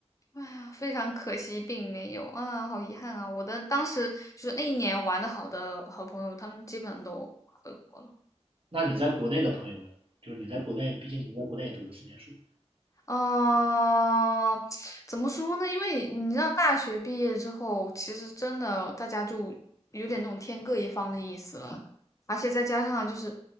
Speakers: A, on the left; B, on the right.
A: 哎呀，非常可惜，并没有啊，好遗憾啊！我的当时就是那一年玩的好的好朋友，他们基本上都回国了。
B: 那你在国内的朋友呢？就是你在国内，毕竟你在国内也读了四年书。
A: 呃，<tsk> 怎么说呢？因为你知道，大学毕业之后，其实真的大家就有点那种天各一方的意思了，而且再加上就是，